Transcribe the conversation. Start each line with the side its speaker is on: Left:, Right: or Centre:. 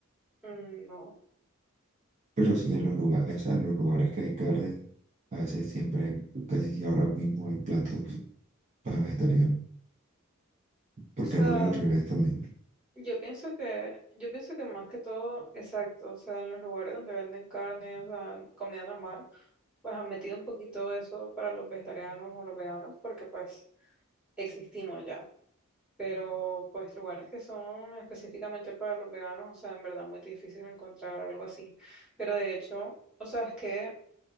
Centre: Mm, no,
Right: Pero sí en los lugares, o sea, en los lugares que hay carne, a veces siempre hay, casi si ahora mismo hay platos para vegetarianos, porque
Centre: o sea,
Right: no es al revés también.
Centre: yo pienso que, yo pienso que más que todo, exacto, o sea, en los lugares donde venden carne, o sea, comida normal, pues han metido un poquito eso para los vegetarianos o los veganos, porque pues existimos ya. pero pues lugares que son específicamente para los veganos, o sea, en verdad muy difícil encontrar algo así. Pero de hecho, o sea, es que